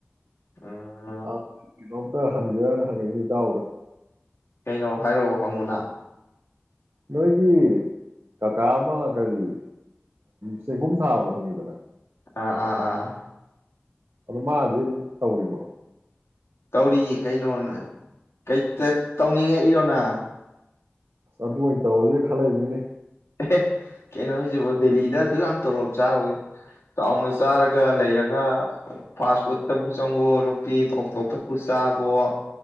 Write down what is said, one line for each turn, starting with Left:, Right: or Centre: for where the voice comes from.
Left: ꯎꯝ
Right: ꯑꯥ <unintelligible> <unintelligible> ꯍꯪꯖꯔꯅ ꯍꯪꯉꯛꯏꯅꯤ ꯏꯇꯥꯎꯗ
Left: ꯀꯩꯅꯣ ꯍꯥꯏꯔꯛꯑꯣ ꯍꯪꯉꯨꯅꯥ
Right: ꯅꯣꯏꯒꯤ ꯀꯀꯥ ꯑꯃ ꯀꯔꯤ ꯆꯦꯡꯒꯨꯝ ꯊꯥꯕꯥꯗ‌ꯣ ꯍꯪꯉꯤꯗꯅ
Left: ꯑꯥ ꯑꯥ ꯑꯥ
Right: ꯑꯗꯨ ꯃꯥꯗꯤ ꯑꯗꯨꯝ ꯇꯧꯔꯤꯕ꯭ꯔꯣ
Left: ꯇꯧꯔꯤꯌꯦ ꯀꯩꯅꯣꯅꯦ ꯀꯩꯇ ꯇꯧꯅꯤꯡꯉꯛꯏꯔꯣꯅ
Right: ꯑꯗꯨ ꯑꯣꯏꯅ ꯇꯧꯔꯁꯦ ꯈꯜꯂꯛꯏꯅꯤꯅꯦ
Left: ꯑꯦ ꯀꯩꯅꯣ ꯍꯥꯏꯁꯤꯕꯣ ꯗꯦꯂꯤꯗ ꯑꯗꯨ ꯌꯥꯝ ꯇꯣꯂꯣꯞ ꯆꯥꯕꯒꯤ ꯆꯥꯎꯅ ꯆꯥꯔꯒ ꯂꯩꯔꯒ ꯐꯥꯁ ꯐꯨꯠꯇꯕꯨ ꯆꯪꯕꯨꯣꯅꯨꯄꯤ ꯇꯣꯞ ꯇꯣꯞꯄ ꯄꯨꯆꯥꯥꯕꯣꯠ